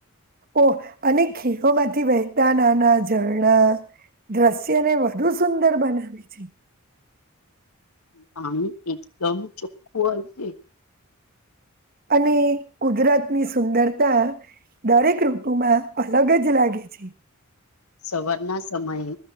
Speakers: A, on the right (about 40°); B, on the left (about 80°).
A: ઓ અને ખીઓ માંથી વહેતા નાના ઝરણા દ્રશ્યને વધુ સુંદર બનાવે છે.
B: પાણી એકદમ ચોખ્ખું આવશે.
A: અને કુજરાત ની સુંદરતા દરેક ઋતુમાં અલગ જ લાગે છે.
B: સવારના સમયે